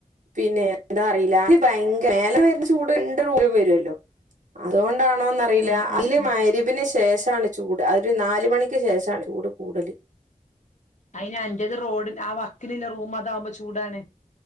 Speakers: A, on the right; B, on the left.
A: പിന്നെ ന്താ അറീല ഭയ്ങ്കെര മേലെ വെര്ണ ചൂട് ഇന്റെ റൂമിലും വരൊല്ലോ അതുകൊണ്ടാണോന്ന റീലാ
B: ഉം ഉം
A: അല്
B: ഉം
A: മയ്രിബിന് ശേഷാണ് ചൂട് അ ഒര് നാല് മണിക്ക് ശേഷാണ് ചൂട് കൂടല്
B: അയ്ന് അന്റത് റോഡ്ന് ആ വക്ക്ല്‌ല്ലെ റൂമതാവുമ്പം ചൂടാണ്